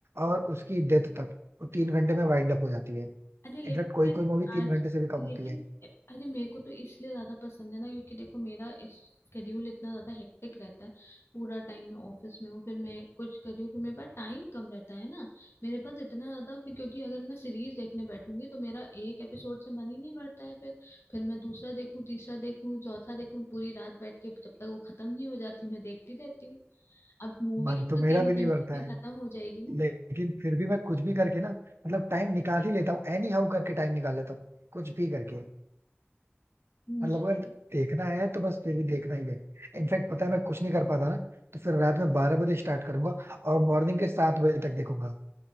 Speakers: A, on the right; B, on the left.
A: और उसकी डेथ तक वो तीन घंटे में वाइंड अप हो जाती है
B: अरे लेकिन
A: इनफैक्ट कोई
B: फिर
A: कोई मूवी
B: आज
A: तीन घंटे से भी कम
B: लेकिन
A: होती है
B: अरे मेरे को तो इसलिए ज्यादा पसंद है ना क्योंकि देखो मेरा स्केड्यूल इतना ज्यादा हेक्टिक रहता है पूरा टाइम मैं ऑफिस में हूँ फिर मैं कुछ कर रही हूँ फिर मेरे पास टाइम कम रहता है ना मेरे पास इतना ज्यादा फिर क्योंकि अगर मैं सीरीज देखने बैठूंगी तो मेरा एक एपिसोड से मन ही नहीं भरता है फिर फिर मैं दूसरा देखूँ तीसरा देखूँ चौथा देखूँ पूरी रात बैठ के जब तक वो खत्म नहीं हो जाती मैं देखती रहती हूँ अब मूवी
A: मन तो
B: तो
A: मेरा
B: तीन
A: भी
B: घंटे
A: नहीं भरता
B: में
A: है
B: खत्म हो जाएगी ना
A: लेकिन फिर भी मैं कुछ भी करके ना मतलब टाइम निकाल ही लेता हूँ एनी हाउ करके टाइम निकाल लेता हूँ कुछ भी करके
B: मुझे
A: मतलब अगर
B: तो
A: देखना है तो बस फिर भी देखना ही है इनफैक्ट पता है मैं कुछ नहीं कर पाता ना तो फिर रात में बारह बजे स्टार्ट करूंगा और मॉर्निंग के सात बजे तक देखूंगा